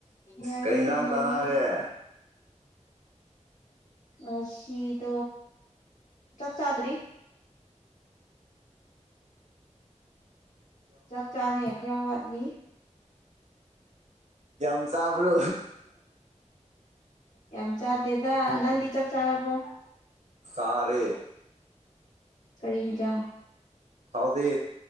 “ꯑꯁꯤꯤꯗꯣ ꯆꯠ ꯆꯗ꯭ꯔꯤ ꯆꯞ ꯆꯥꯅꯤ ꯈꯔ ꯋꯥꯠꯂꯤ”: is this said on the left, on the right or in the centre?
Left